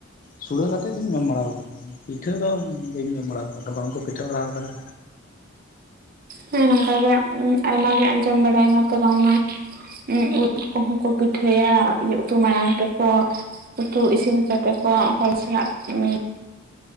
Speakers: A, on the left (about 45°); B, on the right (about 45°).
A: ᱥᱩᱲᱟᱹ ᱠᱟᱛᱮᱫ ᱫᱚᱧ ᱡᱚᱢ ᱵᱟᱲᱟᱣ ᱠᱟᱫᱟ᱾ ᱯᱤᱴᱷᱟᱹ ᱫᱚ ᱵᱟᱹᱧ ᱡᱚᱢ ᱵᱟᱲᱟ ᱠᱟᱫᱟ ᱵᱟᱝᱠᱚ ᱯᱤᱴᱷᱟᱹ ᱵᱟᱲᱟᱣ ᱠᱟᱫᱟ᱾
B: ᱦᱮᱸ ᱱᱚᱝᱠᱟ ᱜᱮ ᱟᱭᱢᱟ ᱜᱮ ᱟᱸᱡᱚᱢ ᱵᱟᱲᱟᱭ ᱮᱱᱟ ᱛᱚ ᱵᱟᱝᱢᱟ ᱩᱫ ᱠᱚᱦᱚᱸ ᱠᱚ ᱯᱤᱴᱷᱟᱹᱭᱟ ᱩᱛᱩ ᱢᱟᱲᱟᱝ ᱛᱮᱠᱚ ᱩᱛᱩ ᱤᱥᱤᱱ ᱠᱟᱛᱮ ᱠᱚ ᱦᱚᱲ ᱥᱟᱞᱟᱜ ᱩᱸ